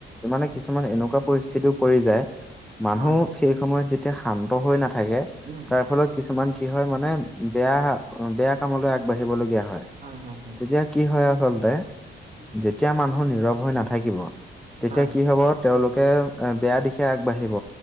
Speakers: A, in the centre; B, on the right.
A: মানে কিছুমান এনেকুৱা পৰিস্থিতিও পৰি যায় মানুহ
B: হয়
A: সেই সময়ত যেতিয়া শান্ত হৈ নাথাকে
B: উম
A: তাৰ ফলত কিছুমান কি হয় মানে বেয়া বেয়া কামলৈ আগবাঢ়িব লগীয়া হয়
B: হয় হয়
A: তেতিয়া কি হয় আচলতে যেতিয়া মানুহ নীৰৱ হৈ নাথাকিব তেতিয়া
B: হয়
A: কি হব তেওঁলোকে বেয়া দিশে আগবাঢ়িব